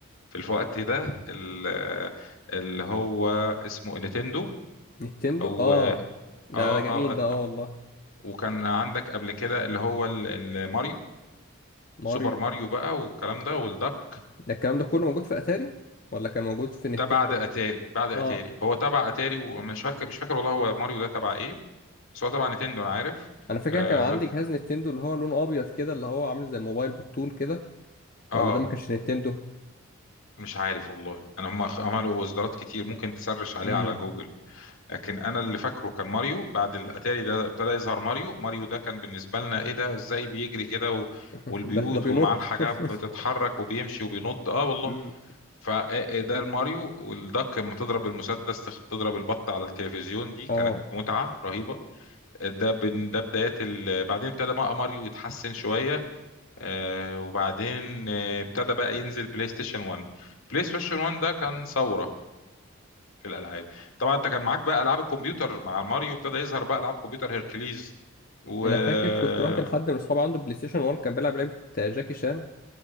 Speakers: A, on the left; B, on the left.
A: في الوقت ده ال... اللي هو اسمه نينتندو
B: نينتندو
A: او
B: اه
A: اه اه
B: ده ده جميل ده اه
A: آه.
B: والله
A: وكان عندك قبل كده اللي هو ال- الماريو
B: ماريو
A: سوبر ماريو بقى والكلام ده والدك
B: ده الكلام ده كله موجود في اتاري ولا كان موجود في نينتندو؟
A: ده بعد اتاري بعد اتاري
B: اه
A: هو تبع اتاري ومش فاكر مش فاكر والله هو ماريو ده تبع ايه بس هو طبعا نتندو انا عارف
B: انا فاكر
A: اه
B: كان عندي
A: ب-
B: جهاز نينتندو اللي هو لونه ابيض كده اللي هو عامل زي الموبايل بالطول كده ولا
A: آه،
B: ده ما كانش نينتندو؟
A: مش عارف والله انا هم خ- عملوا اصدارات كتير ممكن تسرش عليها
B: امم
A: على جوجل لكن انا اللي فاكره كان ماريو بعد الاتاري ده ابتدى يظهر ماريو ماريو ده كان بالنسبه لنا ايه ده ازاي بيجري كده و...
B: <laughs>
A: والبيوت
B: ده ده بينط
A: ومعاه الحاجات
B: <laughs>
A: بتتحرك وبيمشي وبينط اه والله
B: امم
A: فده الماريو والدك لما تضرب المسدس تخ- تضرب البط على التلفزيون دي كانت
B: اه
A: متعه رهيبه ده بن- ده بدايات ال... بعدين ابتدى بقى ماريو يتحسن شويه آه، وبعدين آه، ابتدى بقى ينزل بلاي ستيشن 1 بلاي ستيشن 1 ده كان ثورة في الألعاب طبعا انت كان معاك بقى ألعاب الكمبيوتر مع ماريو ابتدى يظهر بقى ألعاب كمبيوتر هيركليز و
B: انا
A: اه
B: فاكر كنت رحت لحد من اصحابي عنده بلاي ستيشن 1 كان بيلعب لعبة جاكي شان